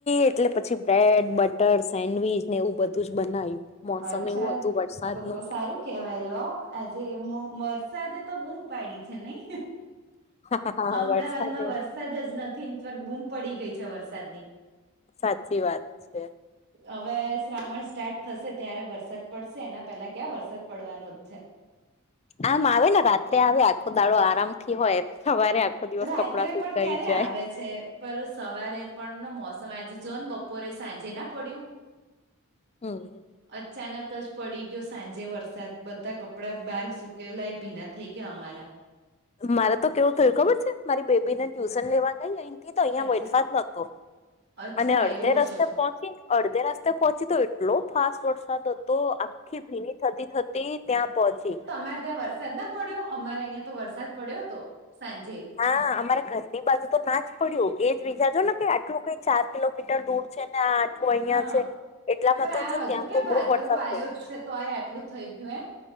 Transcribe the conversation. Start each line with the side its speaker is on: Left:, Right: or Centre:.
Left: એટલે પછી બ્રેડ બટર સેન્ડવીચ ને એવું બધું જ બનાવ્યું મોસમ
Right: અચ્છા
Left: એવું હતું વરસાદનું
Right: તો તો સારું કેવાય લો આજે વર્ષ વરસાદે તો બૂઘ પાડી છે નહી
Left: હા
Right: અમદાવાદમાં
Left: વરસાદે
Right: વરસાદ વરસાદ જ નથી બૂમ પડી ગઈ છે વરસાદ ની
Left: સાચી વાત છે
Right: હવે શ્રાવણ સ્ટાર્ટ થશે ત્યારે વરસાદ પડશે એના પહેલા ક્યાં વરસાદ પડવાનો જ છે
Left: આમ આવે ને રાત્રે આવે આખો દાડો આરામ થી હોય સવારે આખો દિવસ
Right: રાત્રે
Left: કપડાં સુકાઈ
Right: પણ ક્યારે
Left: જાય
Right: આવે છે પર સવારે પણ મોસમ આજે જો ને બપોરે સાંજે ના પડ્યું
Left: હ
Right: અચાનક જ પડી ગયો સાંજે વરસાદ બધા કપડા બહાર સુકેલાય ભીના થઈ ગયા અમારા
Left: મારે તો કેવું થયું ખબર છે મારી બેબી ને ટ્યુશન લેવા ગઈ અ તો અહિયાં
Right: અચ્છા
Left: વરસાદ જ નોતો
Right: અચ્છા
Left: અને અડધે
Right: એવું
Left: રસ્તે
Right: હતું
Left: પહોચી અડધે રાસ્તે પહોંચી તો એટલો ફાસ્ટ રો તો આખી ભીની થતી થતી ત્યાં પહોંચી
Right: માર થ વરસાદ પડ્યો અમારે અહિયાં તો વરસાદ પડ્યો હતો સાંજે
Left: નાા અમારે ઘરની બાજુ તો ના જ પડ્યું એજ વિીજાજો ને કે આટલું કઈ ચાર કિલોમીટર દૂર છે ને આ આઠું અહિયાં
Right: હા
Left: છે એટલામાં
Right: પણ
Left: તો
Right: આ
Left: જો ત્યાં
Right: હજુ ક્યાં
Left: તો બહુ
Right: ભાદરવો
Left: વરસાદ
Right: આવ્યો
Left: પડ્યો
Right: તો એ આટલું થઈ ગું હ